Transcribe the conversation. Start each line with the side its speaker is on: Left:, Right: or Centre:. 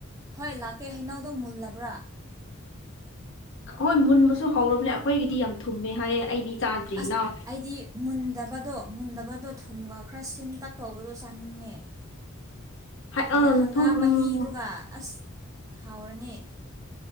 Right: ꯍꯣꯏ ꯂꯥꯛꯀꯦ ꯍꯩꯅꯧꯗꯣ ꯃꯨꯜꯂꯕ꯭ꯔꯥ
Left: ꯍꯣꯏ ꯃꯨꯟꯕꯁꯨ ꯍꯧꯨꯔꯕꯅꯦ ꯑꯩꯈꯣꯏꯒꯤꯗꯤ ꯌꯥꯝ ꯊꯨꯝꯃꯦ ꯍꯥꯏꯌꯦ ꯑꯩꯗꯤ ꯆꯥꯗ꯭ꯔꯤ
Right: ꯑꯁ
Left: ꯅꯥꯎ
Right: ꯍꯥꯏꯗꯤ ꯃꯨꯟꯗꯕꯗꯣ ꯃꯨꯟꯗꯕꯗꯣ ꯊꯨꯝꯒ ꯈꯔ ꯁꯤꯟ ꯇꯛꯇꯧꯕꯗꯣ ꯆꯥꯅꯤꯡꯉꯦ
Left: ꯍꯥꯏ
Right: ꯑꯗ
Left: ꯑꯥ
Right: ꯍꯪꯒꯥꯝ
Left: ꯊꯨꯝ
Right: ꯃꯍꯤꯗꯨꯒ
Left: ꯎꯝ
Right: ꯑꯁ ꯍꯥꯎꯔꯅꯤ